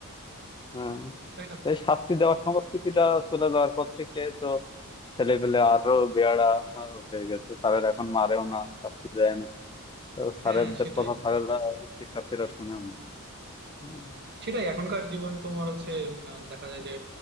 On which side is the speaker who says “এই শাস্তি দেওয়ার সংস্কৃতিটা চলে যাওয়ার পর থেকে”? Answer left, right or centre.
Left